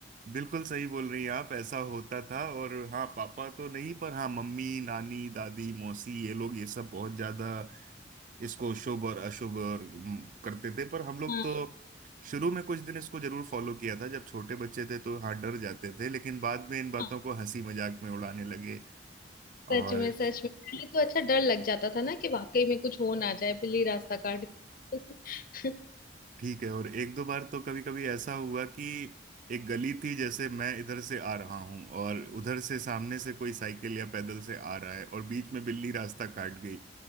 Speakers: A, on the right (about 45°); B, on the left (about 50°).
A: बिल्कुल सही बोल रही हैं आप ऐसा होता था और हाँ पापा तो नहीं पर हाँ मम्मी नानी दादी मौसी ये लोग ये सब बहुत ज्यादा इसको शुभ और अशुभ और हम्म, करते थे पर हम लोग
B: हाँ
A: तो शुरू में कुछ दिन इसको जरूर फॉलो किया था जब छोटे बच्चे थे तो हाँ डर जाते थे लेकिन बाद में इन बातों
B: हाँ
A: को हंसी मजाक में उड़ाने लगे
B: सच
A: और
B: में सच में पहले तो अच्छा डर लग जाता था ना कि वाकई में कुछ हो ना जाए बिल्ली रास्ता काट गई। <laughs>
A: ठीक है और एक दो बार तो कभी कभी ऐसा हुआ कि एक गली थी जैसे मैं इधर से आ रहा हूं और उधर से सामने से कोई साइकिल या पैदल से आ रहा है और बीच में बिल्ली रास्ता काट गई